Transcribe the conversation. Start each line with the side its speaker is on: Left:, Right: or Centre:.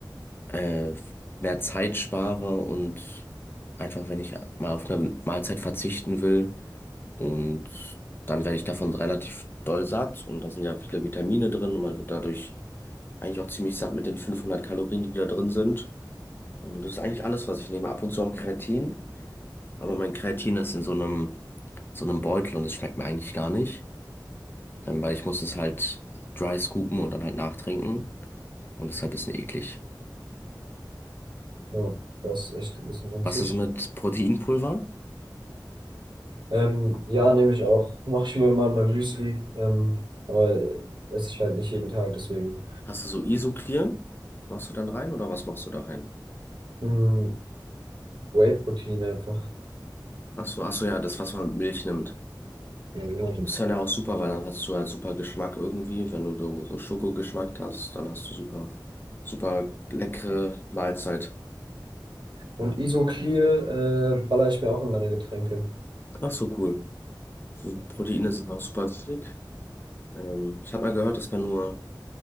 Left: äh, mehr Zeit spare und einfach, wenn ich mal auf eine Mahlzeit verzichten will und dann werde ich davon relativ doll satt und da sind ja viele Vitamine drin und man wird dadurch eigentlich auch ziemlich satt mit den 500 Kalorien, die da drin sind. Und das ist eigentlich alles, was ich nehme. Ab und zu auch Kreatin, aber mein Kreatin ist in so einem, so einem Beutel und es schmeckt mir eigentlich gar nicht, ähm, weil ich muss es halt dry scoopen und dann halt nachtrinken und deshalb ist es eklig.
Right: Oh, das ist echt ein bisschen ranzig.
Left: Was ist mit Proteinpulver?
Right: Ähm, ja, nehme ich auch. Mache ich mir immer in mein Müsli. Ähm, aber esse ich halt nicht jeden Tag, deswegen.
Left: Hast du so Isoclear? Machst du dann rein oder was machst du da rein?
Right: Mhm. Whey-Protein einfach.
Left: Ach so, ach so, ja, das, was man mit Milch nimmt.
Right: Ja, genau.
Left: Ist dann ja auch super, weil dann hast du halt super Geschmack irgendwie. Wenn du so so Schokogeschmack hast, dann hast du super, super leckere Mahlzeit.
Right: Und Isoclear äh, baller ich mir auch in meine Getränke.
Left: Ach so, cool. So Proteine sind auch super wichtig. Ähm, ich habe mal gehört, dass man nur